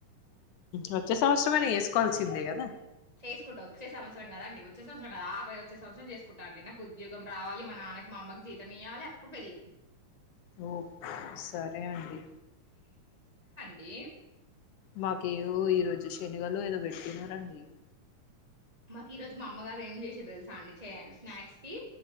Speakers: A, on the left; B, on the right.
A: వచ్చే సంవత్సరమేనా వేసుకోవాల్సిందే కదా
B: చేసుకుంటా వచ్చే సంవత్సరం కదాండి వచ్చే సంవత్సర కదా ఆపై వచ్చేవత్సరం చేసుకుంటండి నాకు ఉద్యోగం రావాల మ నాన్నకి మామ్మకి జీతం ఇవాలి అప్పుడు పెలి
A: ఓకే సరే అండి
B: ఎమ్
A: మాకేవో ఈ రోజు శనిగలు ఏదో పెట్టిన రండి
B: మాకు ఈ రోజు మా అమ్మగారు ఏం చేసారు తెలుసా అండి స్నాక్స్ కి